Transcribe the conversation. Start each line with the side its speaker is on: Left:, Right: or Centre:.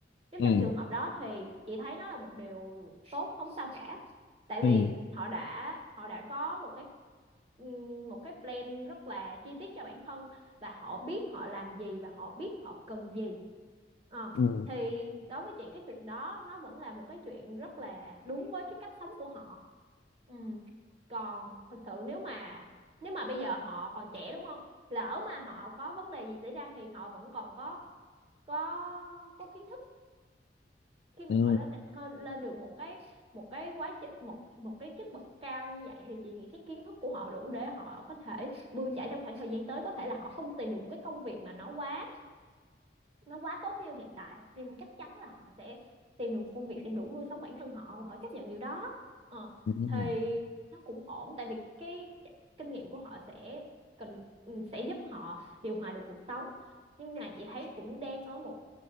Right: nếu
Left: ừ
Right: trong trường hợp đó thì chị thấy nó là một điều tốt không sao cả tại
Left: ừ
Right: vì họ đã họ đã có một cái ừm, một cái plan rất là chi tiết cho bản thân và họ biết họ làm gì và họ biết họ cần gì Ờ,
Left: ừ
Right: thì đối với chị cái chuyện đó nó vẫn là một cái chuyện rất là đúng với cái cách sống của họ Ừ. còn thật sự nếu mà nếu mà bây giờ họ còn trẻ đúng không lỡ mà họ có vấn đề gì xảy ra thì họ vẫn còn có có có kiến thức khi mà
Left: ừ
Right: họ lên hơn- lên được một cái một cái quá trình một một cái chức bậc cao như vậy thì chị nghĩ cái kiến thức của họ đủ để họ có thể bươn chải trong khoảng thời gian tới có thể là họ không tìm được một cái công việc mà nó quá nó quá tốt như hiện tại nhưng mà chắc chắn là họ sẽ tìm được một công việc để đủ nuôi sống bản thân họ và họ chấp nhận điều đó ờ,
Left: ừ ừ
Right: thì
Left: ừ.
Right: nó cũng ổn tại vì cái kinh nghiệm của họ sẽ cần ừ, sẽ giúp họ điều hòa được cuộc sống nhưng mà chị thấy cũng đang có một